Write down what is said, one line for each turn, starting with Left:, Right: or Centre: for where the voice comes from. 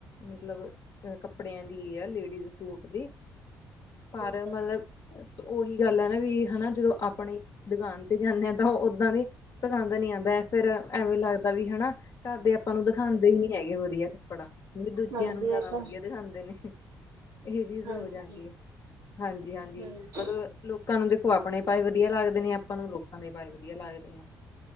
Left: ਮਤਲਬ ਆ ਕੱਪੜਿਆਂ ਦੀ ਆ ਲੇਡੀਜ਼ ਸੂਟ ਦੀ।
Right: ਅੱਛਾ,
Left: ਪਰ
Right: ਅੱਛਾ।
Left: ਮਤਲਬ, ਉਹੀ ਗੱਲ ਹੈ ਨਾ ਵੀ। ਹਨਾ, ਜਦੋਂ ਆਪਣੀ ਦੁਕਾਨ ਤੇ ਜਾਂਦੇ ਹਾਂ ਤਾਂ ਉਹ ਓਦਾਂ ਦੀ ਪਸੰਦ ਨੀ ਆਦਾਂ ਐ ਫਿਰ ਐਵੇਂ ਲੱਗਦਾ ਵੀ ਹਨਾ। ਘਰਦੇ ਆਪਾਂ ਨੂੰ ਦਿਖਾਂਦੇ ਈ ਨੀ ਹੈਗੇ ਵਦੀਆ ਕੱਪੜਾ, ਵੀ ਦੂਜਿਆਂ
Right: ਹਾਂਜੀ
Left: ਨੂੰ ਜ਼ਿਆਦਾ
Right: ਇਹ ਤਾਂ
Left: ਵਦੀਆ।
Right: ਹੈ।
Left: ਦਿਖਾਂਦੇ ਨੇ ਇਹ ਚੀਜ਼ ਹੋ
Right: ਹਾਂਜੀ,
Left: ਜਾਂਦੀ ਏ, ਹਾਂਜੀ-ਹਾਂਜੀ
Right: ਹਾਂਜੀ।
Left: ਮਤਲਬ। ਲੋਕਾਂ ਨੂੰ ਦੇਖੋ ਆਪਣੇ ਪਾਏ ਵਦੀਆ ਲੱਗਦੇ ਨੇ, ਆਪਾਂ ਨੂੰ ਲੋਕਾਂ ਦੇ ਪਾਏ ਵਦੀਆ ਲੱਗਦੇ ਨੇ।